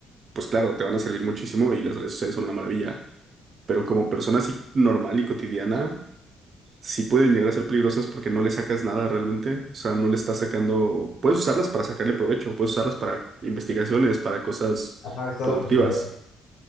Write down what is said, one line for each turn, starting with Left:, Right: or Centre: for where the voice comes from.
Right: pues claro, te van a servir muchísimo y las redes sociales son una maravilla. Pero como persona así normal y cotidiana, sí pueden llegar a ser peligrosas porque no le sacas nada realmente. O sea, no le estás sacando... Puedes usarlas para sacarle provecho, puedes usarlas para investigaciones, para cosas
Left: ajá, está
Right: productivas
Left: la posibilidad.